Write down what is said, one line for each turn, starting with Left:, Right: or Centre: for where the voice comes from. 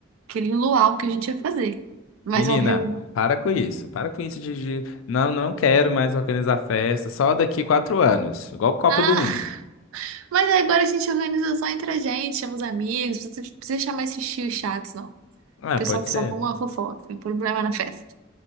Right: Aquele luau que a gente ia fazer. Mas
Left: Menina,
Right: ó, reunião.
Left: para com isso. Para com isso de, de... Não, não quero mais organizar festa. Só daqui quatro anos. Igual Copa
Right: Ah,
Left: do Mundo.
Right: <laughs> mas agora a gente organiza só entre a gente, chama os amigos, não precisa precisa chamar esses tios chatos, não.
Left: Ah,
Right: Pessoal
Left: pode
Right: que
Left: ser?
Right: só arruma fofoca, tem problema na festa.